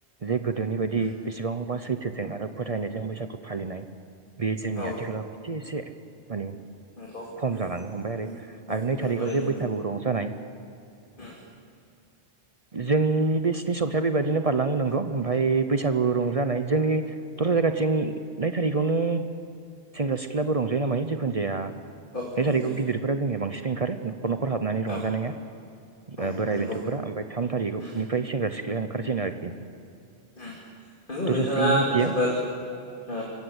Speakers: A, on the right (about 35°); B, on the left (about 50°).
A: जे गोदोनि बायदि
B: उम
A: <unintelligible> सैथोजों आरो फोथायनायजों बैसागु फालिनाय बे जोंनि
B: औ
A: आथिखालाव एसे एसे माने
B: नंगौ
A: खम
B: नंगौ
A: जालांनो हमबाय आरो
B: उम औ
A: आरो नै
B: नंगौ
A: थारिखाव
B: दे
A: जे
B: नोंथां
A: बैसागु रंजानाय
B: उम
A: जोंनि बे स्नि सप्ताया बेबायदिनो बारलाङो नंगौ ओमफाय। बैसागु रंजानाय जोंनि दस्रा जायगाथिं नै थारिखावनो सेंग्रा सिख्लाबो रंजायो नामायो जेखुनु जाया
B: औ औ
A: बे
B: नंगौ
A: थारिखखौ गिदिरफोरा जोंनिया बांसिन <unintelligible> न'खर न'खर हाबनानै रंजानाया
B: औ औ
A: ओ बोराय
B: नंगौ
A: बेन्थ'फोरा ओमफ्राय थाम थारिखनिफ्राय
B: उम
A: सेंग्रा सिख <unintelligible> ओंखारसैना आरोखि।
B: नंगौ
A: दस्राथिं
B: नोंथाङा
A: मिथिया
B: जोबोर ओ